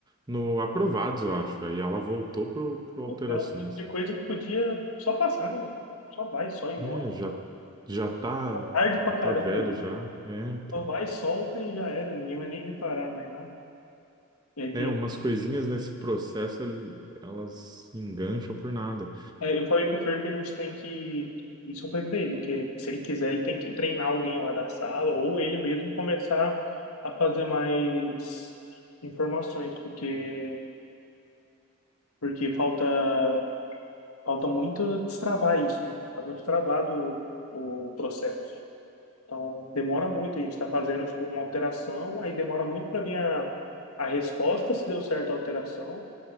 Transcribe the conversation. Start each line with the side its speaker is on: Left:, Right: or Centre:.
Right: no aprovados, eu acho. Aí ela voltou pro, pro alterações.
Left: então, É o tipo de coisa que podia só passar, né, mano? Só vai, só ir
Right: É,
Left: embora.
Right: já já tá
Left: Tarde pra
Right: já
Left: caramba,
Right: tá velho
Left: né?
Right: já. É, então.
Left: Só vai, solta e já era. Ninguém vai nem reparar mais nada. E aí
Right: É,
Left: tem
Right: umas coisinhas nesse processo, el- elas engancham por nada.
Left: É, eu falei pro Fer que a gente tem que. Isso eu falei pra ele, que se ele quiser, ele tem que treinar alguém lá da sala, ou ele mesmo começar a fazer mais informações, porque, porque falta, falta muito destravar isso, né? Tá muito travado o processo. Então, demora muito, a gente tá fazendo, tipo, uma alteração, aí demora muito para vir a, a resposta, se deu certo a alteração,